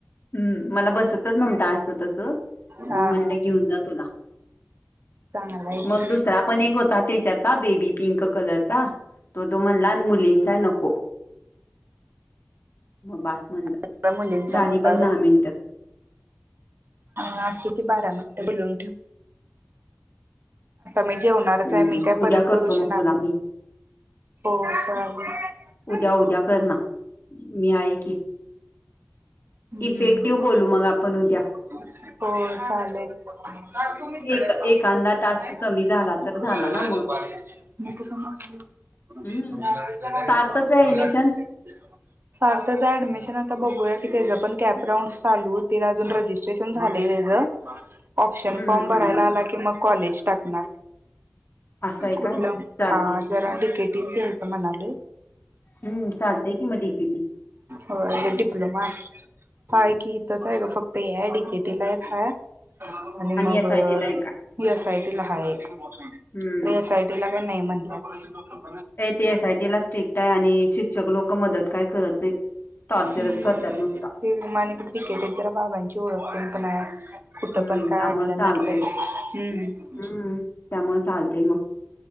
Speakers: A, on the left (about 50°); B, on the right (about 45°).
A: हम्म. मला बसतच नव्हत असं तसं
B: हा
A: मग म्हणटलं
B: हा
A: घेऊन जा तुला.
B: चांगला आहे की
A: मग दुसरा पण एक होता त्याच्यात बेबी पिंक कलरचा तो तो म्हण लहान मुलींचाय नको. मग बास म्हणला
B: हा मुलींचा
A: झाली
B: नव्हता
A: बघ दहा मिनटं.
B: ह असे ते बारा मिनट बोलून ठेव. मी जेवणारच
A: हम्म
B: आहे. मी काय
A: उद्या
B: परत
A: करतो
B: करू
A: मग
B: शणार
A: तुला
B: नाही.
A: मी
B: हो चालेल.
A: उद्या उद्या कर ना मी आई की.
B: हम्म
A: इफेक्टिव्ह बोलू मग आपण उद्या.
B: हो चालेल
A: एक एखादा टास्क कमी झाला
B: मग.
A: तर झाला ना
B: <unintelligible>
A: हम्म सार्थच
B: सारख
A: आहे ऍडमिशन
B: त्याज ऍडमिशन आता बघूया की, त्याज पण कॅपरांऊंड चालू होतीला. अजून रजिस्ट्रेशन झालय त्याच. ऑप्शन
A: हम्म
B: फॉर्म
A: हम्म
B: भरायला
A: हम्म हम्म
B: आला की मग कॉलेज टाकणार.
A: असं आहे
B: कुठलं?
A: काय चालतय
B: हा जरा डीकेटी घ्यायच म्हणालोय
A: हम्म चालतेय की म डी के टी.
B: हो अ ग डिप्लोमा हय की इथच आहे ग फक्त ए आय डिकेटी ला आणि मग
A: एस आय टी ला एक आहे
B: येसाएयटी हा एक.
A: हम्म
B: एस आयटीला का नाही म्हणतात.
A: ते एसआयटी ला स्ट्रिक्ट आहे. आणि शिक्षक लोक मदत काय करत नाहीत. टॉर्चरच
B: हम्म.
A: करतात नुसता
B: ते माने कठ बिकटेत जरा बाबांची ओळखते पण आहे. कुठं
A: हम्म
B: पण काय
A: त्यामुळे
B: अडलं
A: चालतय
B: नटलं तं. हम्म.
A: हम्म त्यामुळे चालतय मग